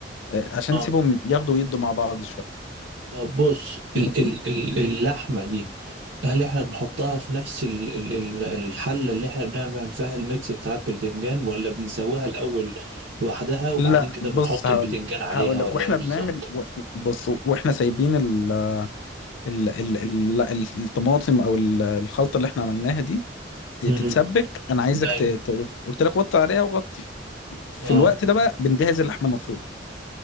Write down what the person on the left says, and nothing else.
آه عشان
تسيبهم ياخدوا ويدوا مع بعض
شويه
لا
بص
هقول
لك
هقول
لك واحنا
بنعمل و- بص واحنا سايبين ال ال ال ال ال- الطماطم او ال- الخلطه اللي احنا عملناها دي تتسبك
انا عايزك
ت... ت- قلت لك وطي عليها وغطي في
الوقت ده بقى بنجهز اللحمه المفرومه